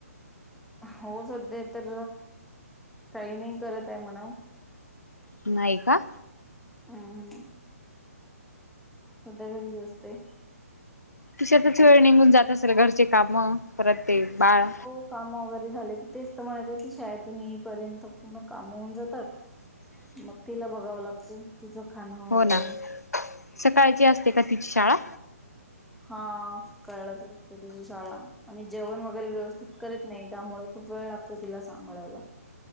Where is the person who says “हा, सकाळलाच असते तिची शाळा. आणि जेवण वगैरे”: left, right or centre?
Centre